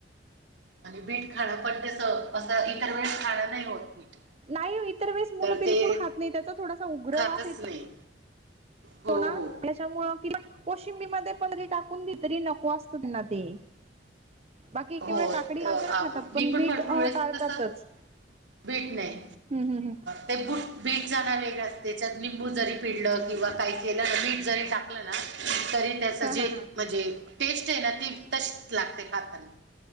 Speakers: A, on the right; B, on the right.
A: आणि बीट खाणं पण तेस असं इतर वेळेस खाणं नाही होत बीट
B: नाही इतर वेस मुलं
A: तर
B: बिलकुल
A: ते
B: खात नाही त्याचा थोडासा उग्रवास
A: खातच
B: येत.
A: नाही हो
B: ना
A: हो.
B: त्याच्यामु कि कोशिंबी मध्ये परी टाकून द तरी नको असतो त्यांना ते. बाकी
A: हो
B: केव काकडी
A: त आ
B: गजर खातात पण
A: मी
B: बीट
A: भरपूर वेळेस
B: टाळतातच
A: कसं बीट नाही.
B: हम्म हम्म हम्म
A: ते बूट बीट जाण वेगळं असते त्याच्यात निंबू जरी पिडलं किंवा काही केलं बीट जरी टाक ट ना तरी त्याच
B: हा
A: जे
B: हा हा
A: म्हणजे टेस्ट आहे ना ती तशी लागते खातात.